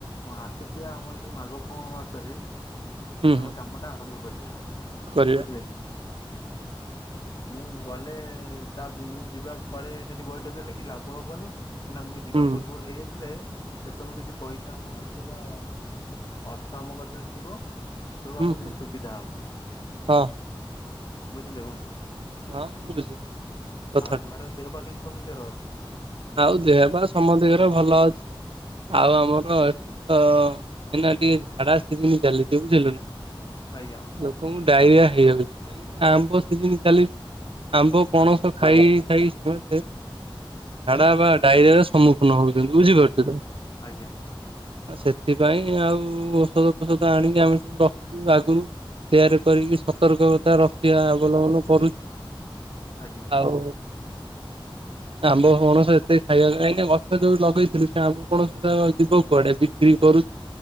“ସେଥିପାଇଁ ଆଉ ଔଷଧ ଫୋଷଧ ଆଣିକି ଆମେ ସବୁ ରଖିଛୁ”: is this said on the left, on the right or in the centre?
Right